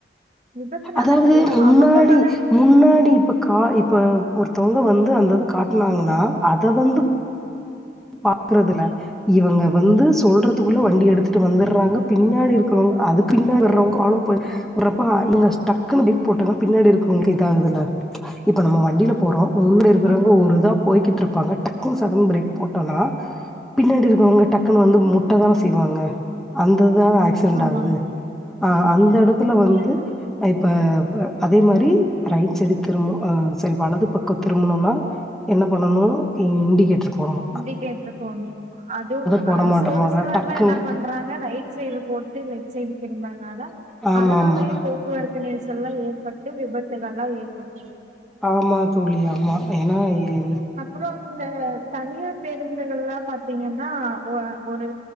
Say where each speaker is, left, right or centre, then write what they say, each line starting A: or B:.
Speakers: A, on the right (about 40°); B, in the centre.
A: விபத்து
B: அதாவது
A: நடக்குதுன்னா
B: முன்னாடி
A: அவங்க மேல மட்டு
B: முன்னாடி இப்ப கா இப்ப ஒர்த்வ்ங்க வந்து அந்தது காட்னாங்கன்னா அத வந்து பாக்றதுல இவங்க வந்து சொல்றதுக்குள்ள வண்டி எடுத்துட்டு வந்துர்றாங்க பின்னாடி இருக்கறவங்க அது பின்னாடி வர்றவங்க ஃபாலோ பண்ணி வர்றபப இவுங்க ஸ்டக்குன்னு ப்ரேக் போட்டாதா பின்னாடி இருக்கவங்களுக்கு இதா ஆகுதுல்ல இப்ப நம்ம வண்டில போறோ முன்னாடி இருக்கிறவங்க
A: ஆமாங்
B: ஒரு
A: தோழி
B: இதா போயிட்டு இருப்பாங்க டக்குனு சடன் ப்ரேக் போட்டோனா பின்னாடி இருக்கிறவங்க டக்குன்னு வந்து முட்டதான செய்வாங்க அந்ததா ஆக்ஸ் செண்ட்
A: ஆமாங்
B: ஆகுது
A: தோழி
B: ஆ அந்த எடத்துல
A: ம்
B: வந்து
A: ஆமா
B: இப்ப அதே மாரி ரைட் சைடு திரும்ப அ சரி வலது பக்கோ திரும்பணுனா என்ன பண்ணணு இண்டிகேட்டர் போடணு
A: இண்டிகேட்டர் தோணு அதுவு
B: போட
A: அ
B: மாட்ட
A: சோ ஒரு
B: போட
A: சிலர்லா
B: டக்குன்னு
A: என்ன பண்றாங்க ரைட் சைடு போட் டு வச்சுனு திரும்பதுனால
B: ஆமா
A: அதனாலயு
B: ஆமா
A: போ போவரத்து நெரிசல்லா ஏற்பட்டு விபத்துகள் எல்லாம் ஏற்படுது
B: ஆமா தூழி ஆமா ஏன்னா என்
A: அப்றோ இந்த தனியார் பேருந்துகள்லா பாத்தீங்கன்னா அ ஒரு